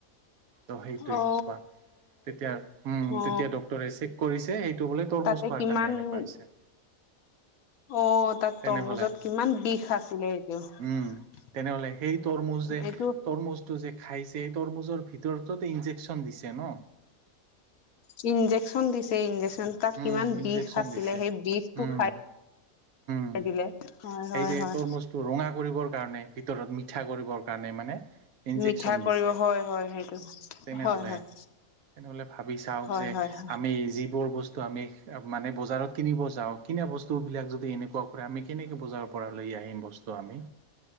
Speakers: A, on the right; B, on the left.
A: ত সেইটোৱে
B: অ
A: চোৱা। তেতিয়া উম
B: অ
A: তেতিয়া ডাক্তৰে চেক কৰিছে এইটো বোলে তৰমুজ
B: তাতে
A: খোৱাৰ
B: কিমান
A: কাৰণে এনেকুৱা হৈছে।
B: অ' তাত
A: তেনেহ'লে
B: তৰমুজত কিমান বিষ আছিলে সেইটো।
A: উম তেনেহ'লে সেই তৰমুজ যে,
B: এইটো
A: তৰমুজটো যে খাইছে, তৰমুজৰ তোৰ' তোত ইঞ্জেকচন দিছে ন
B: ইঞ্জেকচন দিছে ইঞ্জেকচন তাত কিমান
A: উম
B: বিষ
A: ইনজেকচন
B: আছিলে।
A: দিছে
B: সেই বিষটো
A: উম
B: খাই <unintelligible>
A: উম,
B: হয়
A: সেই
B: হয়
A: যে
B: হয়
A: তৰমুজটো ৰঙা কৰিবৰ কাৰণে, ভিতৰত মিঠা কৰিবৰ কাৰণে মানে ইনজেকচন
B: মিঠা কৰিব
A: দিছে
B: হয়, হয় সেইটো
A: তেনেহ'লে
B: হয়, হয়।
A: তেনেহ'লে ভাবি চাওঁক
B: হয়
A: যে
B: হয় হয়
A: আমি যিবোৰ বস্তু ত আমি মানে বজাৰত কিনিব যাওঁ। কিনা বস্তুবিলাক যদি এনেকুৱা কৰে, আমি কেনেকৈ বজাৰৰ পৰা লৈ আহিম বস্তু। ত আমি।